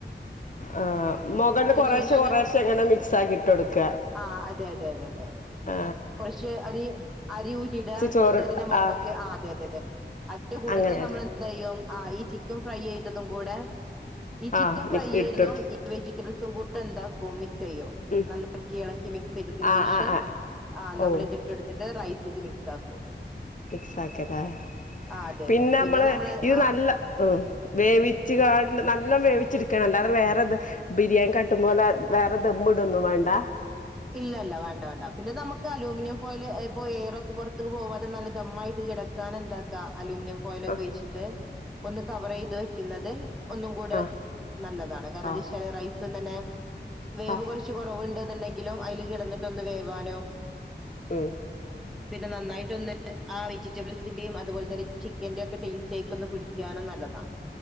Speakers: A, on the left (about 45°); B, in the centre.
A: ആ മുകള് കൊറെശ്ശെ
B: ശേഷം
A: കൊറെശേ ഇങ്ങനെ മിക്സ് ആക്കിട്ട് ഇട്ട് കൊടുക്ക
B: ആ അതെ അതെ അതെ അതെ
A: ആ
B: കുറച്ച് അരി അരി ഊറ്റി ഇടാ
A: ചോറ്
B: അതിന്റെ മുകൾക്ക്
A: ആഹ്
B: ആ അതെ അതെ അതെ അതിന്റെ കൂടെത
A: അങ്ങനെ
B: നമ്മൾെന്തായും ഈ ചിക്കൻ ഫ്രൈ ചെയ്തതും കൂടെ ഈ ചിക്കൻ
A: ആഹ്
B: ഫ്രൈ
A: മിക്സ്
B: ചെയ്തതും
A: ഇട്ട് കൊടുക്ക
B: ഈ വെജിറ്റബിൾസും കൂടെ എന്താ കോമി ചെയ്യോ
A: ഉം
B: നന്നാക്കി ഇളക്കി മിക്സ് ചെയ്തതിന്
A: ആഹ്
B: ശേഷം
A: ആഹ് ആഹ്
B: ആ നമ്മൾ
A: ഓ
B: ഇതിട്ടെടുത്തിട്ട് റൈസ് മിക്സ് ആക്കും
A: മിക്സ് ആക്കല്ലാ
B: ആ അതെ
A: പിന്നെ
B: അതെ
A: നമ്മള് ഇത്
B: ആ
A: നല്ല വേവിച്ച കാണ്ട് നല്ല വേവിച്ചി ക്കനുണ്ട് അല്ലാതെ വേറേത് ബിരിയാണി കട്ടുമ്പോലെ വേറെ ദം ഇടൊന്നും വേണ്ടാ
B: ഇല്ല ല്ല വേണ്ട വേണ്ട പിന്നെ നമുക്ക് അലൂമിനിയം ഫോയില് ഇപ്പൊ എയറൊക്കെ പുറത്ത്ക്ക് പോവാതെ നല്ല ദമ്മായിട്ട് കെടക്കാനെന്താക്കാ അലൂമിനിയം ഫോയിലുപയോഗിച്ചിട്ട്
A: ആഹ്
B: ഒന്ന് കവറെയ്ത് വെയ്ക്കുന്നത് ഒന്നും കൂടെ
A: ആഹ്
B: നല്ലതാണ്
A: ആഹ്
B: കാരണം <unintelligible> റൈസ്ന്നന്നെ വേവ്
A: ആഹ് ആഹ്
B: കുറച്ച് കൊറവുണ്ട്ന്നുണ്ട ങ്കിലും അയില് കെടന്നിട്ടൊന്ന് വേവാനും
A: ഉം
B: പിന്നെ നന്നായിട്ടൊന്ന് ആ വെജിറ്റബിൾസിന്റേം അതുപോലെ തന്നെ ചിക്കന്റെ ഒക്കെ ടേസ്റ്റേ ആയിക്കൊന്ന് പിടിക്കാനും നല്ലതാണ്